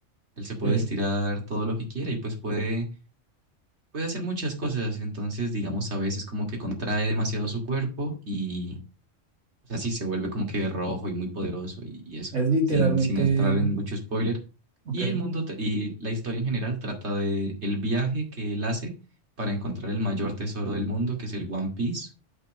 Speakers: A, on the right (about 60°); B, on the right (about 75°).
A: Él se puede
B: Sí.
A: estirar todo lo que quiera y pues puede, puede hacer muchas cosas. Entonces, digamos, a veces como que contrae demasiado su cuerpo y o sea, sí, se vuelve como que rojo y muy poderoso y, y eso,
B: Es literalmente,
A: sin, sin entrar en mucho spoiler.
B: ok.
A: Y el mundo tra- y la historia en general trata de el viaje que él hace para encontrar el mayor tesoro del mundo, que es el One Piece,